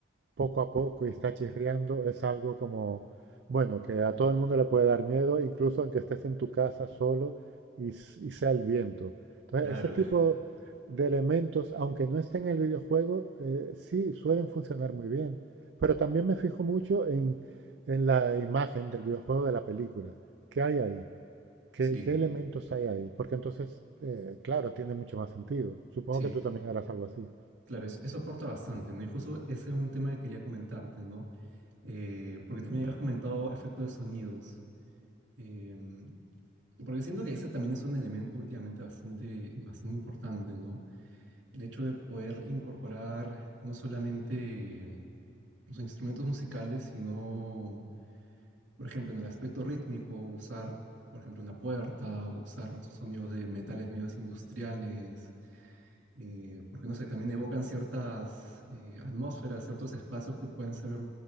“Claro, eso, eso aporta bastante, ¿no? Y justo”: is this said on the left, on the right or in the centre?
Right